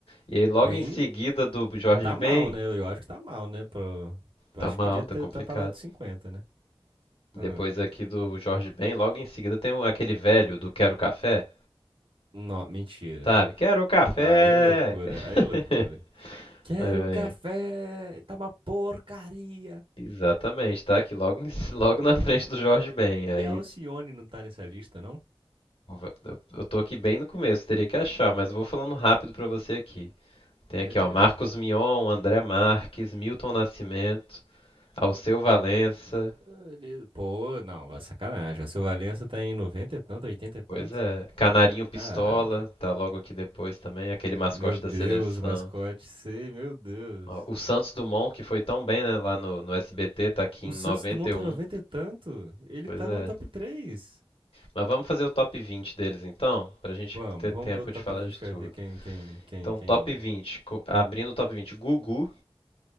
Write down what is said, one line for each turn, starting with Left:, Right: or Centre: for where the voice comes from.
Left: E aí, logo
Right: Bem,
Left: em seguida do Jorge
Right: tá
Left: Ben,
Right: mal, né? Eu, eu acho que tá mal, né? Pro... Eu
Left: tá
Right: acho
Left: mal,
Right: que podia
Left: tá
Right: ter
Left: complicado.
Right: tá pra lá dos cinquenta, né?
Left: Depois
Right: Ah.
Left: aqui do Jorge Ben, logo em seguida tem o- aquele velho do Quero Café,
Right: Não, mentira.
Left: sabe? Quero café!
Right: Aí é loucura, aí é loucura.
Left: <laughs>
Right: Quero
Left: Aí
Right: café!
Left: vem.
Right: Tá uma porcaria!
Left: Exatamente, tá aqui logo, em- <laughs> c- logo na frente do Jorge Ben. Aí
Right: E a Alcione não tá nessa lista, não?
Left: va- eu tô aqui bem no começo, teria que achar, mas vou falando rápido pra você aqui. Tem
Right: Beleza.
Left: aqui, ó, Marcos Mion, André Marques, Milton Nascimento, Alceu Valença,
Right: Beleza. Pô, não, vai sacanagem. O seu Valença tá em 90 e tanto, 80 e tanto?
Left: Pois é. Canarinho Pistola
Right: Caraca.
Left: tá logo aqui depois também, aquele mascote
Right: Meu
Left: da
Right: Deus,
Left: seleção.
Right: o mascote, sei, meu Deus.
Left: Ó, o Santos Dumont, que foi tão bem, né, lá no, no SBT, tá aqui
Right: O
Left: em 91.
Right: Santos Dumont tem 90 e tanto? Ele
Left: Pois
Right: tava
Left: é.
Right: no top 3.
Left: Mas vamos fazer o top 20 deles então, pra gente
Right: Vamos,
Left: ter tempo
Right: vamos ver o top
Left: de falar
Right: 20
Left: de
Right: pra
Left: tudo.
Right: ver quem, quem, quem,
Left: Então,
Right: quem.
Left: top 20, co- abrindo o top 20, Gugu.